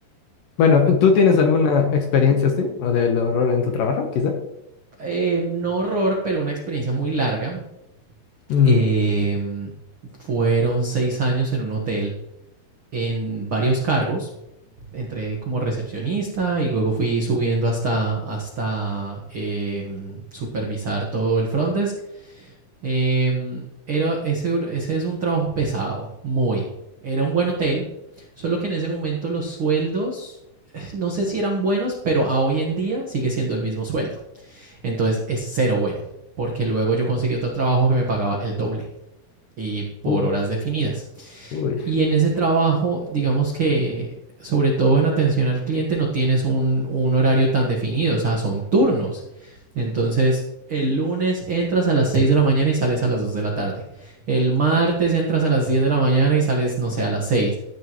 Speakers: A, on the left; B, on the right.
A: Bueno, ¿tú tienes alguna experiencia así? ¿O del horror en tu trabajo, quizá?
B: Eh, no horror, pero una experiencia muy larga.
A: Mm,
B: Eh, fueron seis años en un hotel en varios cargos. Entré como recepcionista y luego fui subiendo hasta, hasta eh, supervisar todo el front desk. Eh, era, ese, ese es un trabajo pesado, muy. Era un buen hotel, solo que en ese momento los sueldos, eh, no sé si eran buenos, pero a hoy en día sigue siendo el mismo sueldo. Entonces es cero bueno, porque luego yo conseguí otro trabajo que me pagaba el doble y por
A: uf,
B: horas definidas.
A: uy,
B: Y en ese trabajo, digamos que sobre todo en atención al cliente no tienes un, un horario tan definido, o sea, son turnos. Entonces, el lunes entras a las 6 de la mañana y sales a las 2 de la tarde. El martes entras a las 10 de la mañana y sales, no sé, a las seis